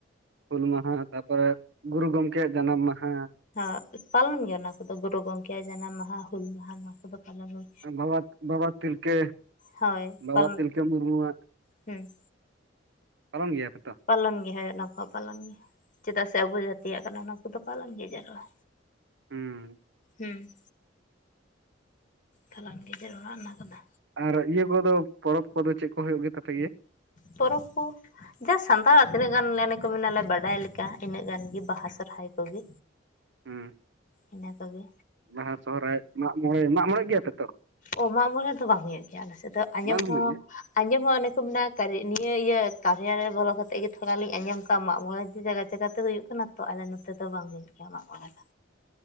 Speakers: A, on the right; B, on the left.
A: ᱦᱩᱞ ᱢᱟᱦᱟ ᱛᱟᱨ ᱯᱚᱨᱮ ᱜᱩᱨᱩ ᱜᱚᱢᱠᱮ ᱭᱟᱜ ᱡᱟᱱᱟᱢ ᱢᱟᱦᱟ᱾
B: ᱦᱟᱸ ᱯᱟᱞᱚᱱ ᱜᱮᱭᱟ, ᱚᱱᱟ ᱠᱚᱫᱚ ᱜᱩᱨᱩ ᱜᱚᱢᱠᱮ ᱭᱟᱜ ᱡᱟᱱᱟᱢ ᱢᱟᱦᱟ, ᱦᱩᱞ ᱢᱟᱦᱟ ᱱᱚᱣᱟ ᱠᱚᱫᱚ ᱯᱟᱞᱚᱱ ᱜᱮᱭᱟ᱾
A: ᱵᱟᱵᱟ ᱵᱟᱵᱟ ᱛᱤᱞᱠᱟᱹ
B: ᱦᱳᱭ
A: ᱵᱟᱵᱟ
B: ᱯᱟᱞᱚᱱ
A: ᱛᱤᱞᱠᱟᱹ ᱢᱩᱨᱢᱩᱣᱟᱜ,
B: ᱦᱩᱸ
A: ᱯᱟᱞᱚᱱ ᱜᱮᱭᱟ ᱯᱮ ᱛᱚ᱾
B: ᱯᱟᱞᱚᱱ ᱜᱮ ᱦᱳ ᱚᱱᱟ ᱠᱚᱦᱚᱸ ᱯᱟᱞᱚᱱ ᱜᱮᱭᱟ ᱚᱱᱟ ᱠᱚ ᱯᱞᱚᱱ ᱜᱮᱭᱟ ᱪᱮᱫᱟᱜ ᱥᱮ ᱟᱵᱚ ᱡᱟᱛᱤᱭᱟᱜ ᱠᱟᱱᱟ, ᱚᱱᱟ ᱠᱚᱫᱚ ᱯᱟᱞᱚᱱ ᱜᱮ ᱡᱟᱹᱨᱩᱨᱟ᱾
A: ᱦᱩᱸ
B: ᱦᱩᱸ ᱛᱟᱞᱟᱱ ᱡᱮ ᱡᱟᱨ ᱚᱲᱟᱜ ᱢᱮᱱᱟᱜ ᱟᱠᱟᱫᱟ,
A: ᱟᱨ ᱤᱭᱟᱹ ᱠᱚᱫᱚ ᱯᱚᱨᱚᱵᱽ ᱠᱚᱫᱚ ᱪᱮᱫ ᱠᱚ ᱦᱩᱭᱩᱜ ᱜᱮ ᱛᱟᱯᱮ ᱜᱮᱭᱟ?
B: ᱯᱚᱨᱚᱵᱽ ᱠᱚ ᱡᱟ ᱥᱟᱱᱛᱟᱲᱟᱜ ᱛᱤᱱᱟᱹᱜ ᱜᱟᱱ ᱮᱱᱮ ᱠᱚ ᱢᱮᱱᱟᱞᱮ ᱵᱟᱰᱟᱭ ᱞᱮᱠᱟ ᱤᱱᱟᱹᱜ ᱜᱟᱱ ᱜᱮ ᱵᱟᱦᱟ, ᱥᱚᱨᱦᱟᱭ ᱠᱚᱜᱮ᱾
A: ᱦᱩᱸ
B: ᱤᱱᱟᱹ ᱠᱚᱜᱮ,
A: ᱵᱟᱦᱟ, ᱥᱚᱦᱚᱨᱟᱭ, ᱢᱟᱜ ᱢᱚᱬᱮ, ᱢᱟᱜᱼᱢᱚᱬᱮᱜ ᱜᱮᱭᱟ ᱯᱮ ᱛᱚ,
B: ᱚ ᱢᱟᱜ ᱢᱚᱲᱮ ᱨᱮ ᱫᱚ ᱵᱟᱝ ᱦᱩᱭᱩᱜ ᱜᱮᱭᱟ ᱟᱞᱮ ᱥᱮᱫ ᱫᱚ ᱟᱸᱡᱚᱢ
A: ᱵᱟᱝ ᱦᱩᱭᱩᱜ
B: ᱦᱚᱸ᱾
A: ᱜᱮᱭᱟ
B: ᱟᱸᱡᱚᱢ ᱦᱚᱸ ᱚᱱᱮ ᱠᱚ ᱢᱮᱱᱟᱜᱼᱟ ᱠᱚ ᱱᱤᱭᱟᱹ ᱤᱭᱟᱹ ᱠᱟᱨᱭᱟ ᱨᱮ ᱵᱚᱞᱚ ᱠᱟᱛᱮᱜ ᱜᱮ ᱛᱷᱚᱲᱟᱤᱧ ᱟᱸᱡᱚᱢ ᱠᱟᱜᱼᱟ ᱢᱟᱜ ᱢᱚᱬᱮ ᱡᱟᱭᱜᱟ, ᱪᱮᱠᱟᱛᱮ ᱦᱩᱭᱩᱜ ᱠᱟᱱᱟ ᱛᱚ, ᱟᱞᱮ ᱱᱚᱛᱮ ᱫᱚ ᱵᱟᱝ ᱦᱩᱭᱩᱜ ᱜᱮᱭᱟ ᱢᱟᱜ ᱢᱚᱬᱮ ᱫᱚ᱾